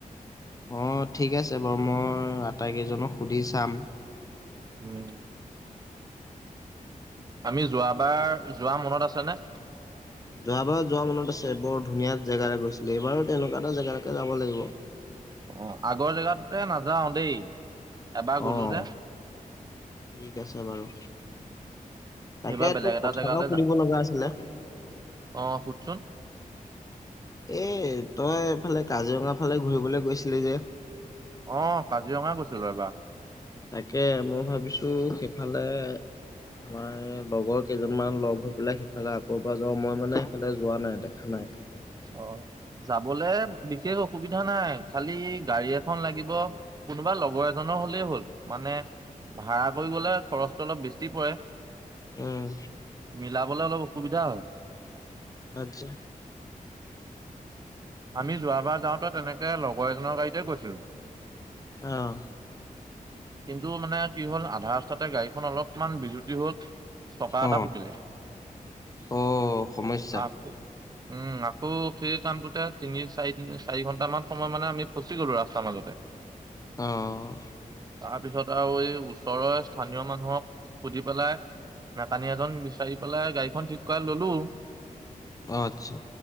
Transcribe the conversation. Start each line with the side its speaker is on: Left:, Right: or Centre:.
Left: অঁ ঠিক আছে বাৰু মই আটাইকেইজনক সুধি চাম
Right: উম আমি যোৱাবাৰ যোৱা মনত আছেনে?
Left: যোৱাবাৰত যোৱা মনত আছে বৰ ধুনীয়া জেগা গৈছিলে এইবাৰো তেনেকুৱা এটা জেগালৈকে যাব লাগিব
Right: অঁ আগৰ জেগাটোতে নাযাও দেই এবাৰ
Left: অ'
Right: গলো যে
Left: ঠিক আছে বাৰু তাকে
Right: এইবাৰ বেলেগ
Left: তোক
Right: এটা
Left: কথা
Right: জেগালৈ
Left: এটাও সুধিব
Right: যাম
Left: লগা আছিলে।
Right: অ সুধচোন
Left: এ তই এইফালে কাজিৰঙা ফালে ঘূৰিবলৈ গৈছিলি যে
Right: অঁ কাজিৰঙাই গৈছিলো এবা
Left: তাকে মই ভাবিছো সেইফালে, আমাৰ লগৰ কেইজনমান লগ হৈ পেলাই সেইফালে আকৌ এবাৰ যাওঁ, মই মানে সেইফালে যোৱা নাই দেখা নাই।
Right: অঁ যাবলে বিশেষ সুবিধা নাই খালি গাড়ী এখন লাগিব, কোনোবা লগৰ এজনৰ হলেই হ'ল মানে, ভাড়া কৰি গলে খৰচটো অলপ বেছি পৰে।
Left: উম
Right: মিলাবলে অলপ সুবিধা হয়।
Left: আচ্ছা
Right: আমি যোৱাবাৰ যাওঁতে তেনেকে লগৰ এজনৰ গাড়ীতে গৈছিলো
Left: আহঁ
Right: কিন্তু মানে কি হ'ল আধা ৰাস্তাতে গাড়ীখন অলপমান বিজুতি হল চকা এটা
Left: অ
Right: ফুতিলে।
Left: অ সমস্যা
Right: আহ উম আকৌ সেই কামটোতে তিনি চাৰি তিনি চাৰি ঘন্টামান সময় মানে আমি ফচি গলো ৰাস্তাৰ মাজতে
Left: আহঁ
Right: তাৰ পিছত আৰু এই ওচৰৰে স্থানীয় মানুহক সুধি পেলাই মেকানিক এজন বিচাৰি পেলাই গাড়ীখন ঠিক কৰা ললো
Left: আচ্ছা